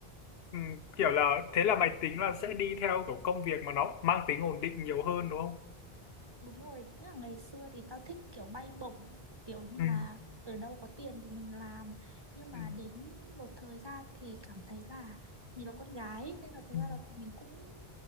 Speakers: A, on the left; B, on the right.
A: ừ, kiểu là thế là mày tính là sẽ đi theo kiểu công việc mà nó mang tính ổn định nhiều hơn đúng không
B: đúng rồi tức là ngày xưa thì tao thích kiểu bay bổng kiểu như
A: ừ,
B: là ở đâu có tiền thì mình làm nhưng mà
A: ừ,
B: đến một thời gian thì cảm thấy là mình là con gái ấy, nên là thật
A: ừ,
B: ra là mình cũng